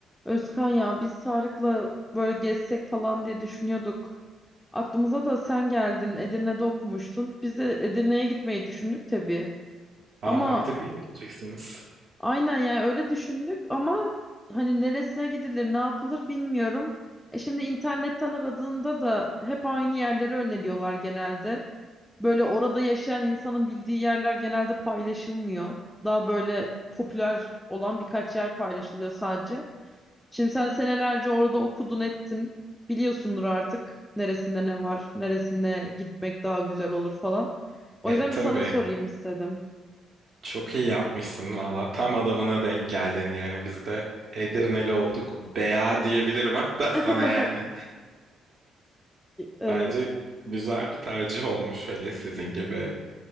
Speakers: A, in the centre; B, on the right.
A: Özkan ya biz Tarık'la böyle gezsek falan diye düşünüyorduk. Aklımıza da sen geldin. Edirne'de okumuştun. Biz de Edirne'ye gitmeyi düşündük tabii.
B: Aa
A: Ama
B: Edirne'ye mi gideceksiniz?
A: aynen yani öyle düşündük ama hani neresine gidilir, ne yapılır bilmiyorum. E şimdi internetten aradığında da hep aynı yerleri öneriyorlar genelde. Böyle orada yaşayan insanın bildiği yerler genelde paylaşılmıyor. Daha böyle popüler olan birkaç yer paylaşılıyor sadece. Şimdi sen senelerce orada okudun ettin. Biliyorsundur artık neresinde ne var, neresine gitmek daha güzel olur falan. O
B: E
A: yüzden
B: tabii.
A: bir sana sorayım istedim.
B: Çok iyi yapmışsın valla. Tam adamına denk geldin yani. Biz de Edirneli olduk. Bea diyebilirim hatta
A: <laughs>
B: sana yani.
A: Evet,
B: Bence güzel bir tercih olmuş. Hele sizin gibi